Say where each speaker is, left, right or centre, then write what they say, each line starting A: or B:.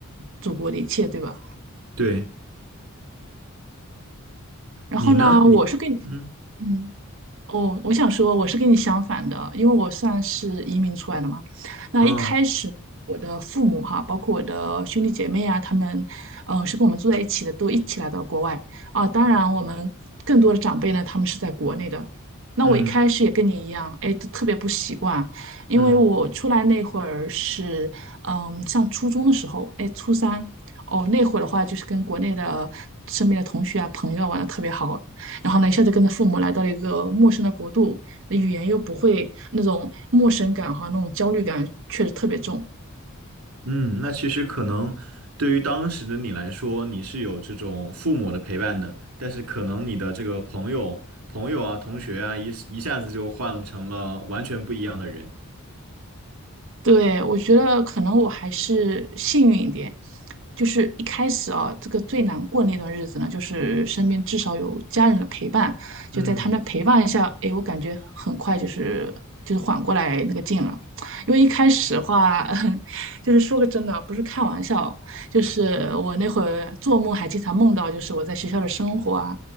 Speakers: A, on the right; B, on the right.
A: 祖国的一切，对吧？
B: 对，
A: 然后呢，
B: 你呢？
A: 我是跟你，
B: 你嗯
A: 嗯。哦，我想说，我是跟你相反的，因为我算是移民出来的嘛。那一开始，
B: 哦
A: 我的父母哈，包括我的兄弟姐妹啊，他们，呃，是跟我们住在一起的，都一起来到了国外啊。当然，我们更多的长辈呢，他们是在国内的。那我一开始也跟你一样，
B: 嗯
A: 哎，特别不习惯，因为我出来那会儿是，
B: 嗯。
A: 嗯，上初中的时候，哎，初三，哦，那会儿的话就是跟国内的身边的同学啊、朋友啊玩的特别好，然后呢，一下子跟着父母来到了一个陌生的国度，语言又不会，那种陌生感和那种焦虑感确实特别重。
B: 嗯，那其实可能对于当时的你来说，你是有这种父母的陪伴的，但是可能你的这个朋友、朋友啊、同学啊，一一下子就换成了完全不一样的人。
A: 对，我觉得可能我还是幸运一点，就是一开始啊，这个最难过那段日子呢，就是身边至少有家人的陪伴，
B: 嗯，
A: 就在他们的陪伴下，哎，我感觉很快就是就是缓过来那个劲了。因为一开始的话，<laughs> 就是说个真的，不是开玩笑，就是我那会儿做梦还经常梦到，就是我在学校的生活啊，